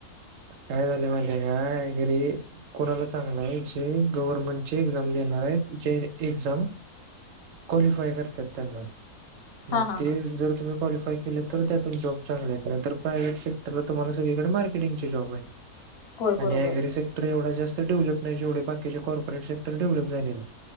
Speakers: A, on the right; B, on the left.
A: काय झालं माहिते काय घरी. कोणाला चांगलं आहे जे गव्हर्नमेंटची एक्झाम देणार आहेत जे एक्झाम क्वालिफाय करत्यात त्यांना, मग
B: हा हा
A: ते
B: हा
A: जर तुम्ही क्वालिफाय केले तर त्यातून जॉब चांगले आहे, नंतर प्रयव्हेट सेक्टरला तुम्हाला सगळीकडे मार्केटिंगचे जॉब आहेत.
B: होय
A: आणि
B: बरोबर
A: ॲग्रीसेक्टर एवढा जास्त डेव्हलप नाही जेवढे बाकीचे कॉर्पोरेट सेक्टर डेव्हलप झाले.